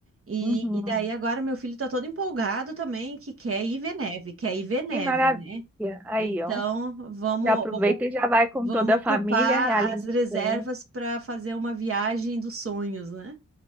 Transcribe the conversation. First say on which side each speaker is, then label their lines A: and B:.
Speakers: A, on the right; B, in the centre.
A: E,
B: Uhum.
A: e daí agora meu filho tá todo empolgado também, que quer ir ver neve, quer ir ver neve,
B: Que maravilha.
A: né?
B: Aí,
A: Então,
B: ó.
A: vamos,
B: Já aproveita
A: vamos,
B: e já vai com
A: vamos
B: toda a
A: ocupar
B: família, realiza
A: as reservas
B: o plano.
A: para fazer uma viagem dos sonhos, né?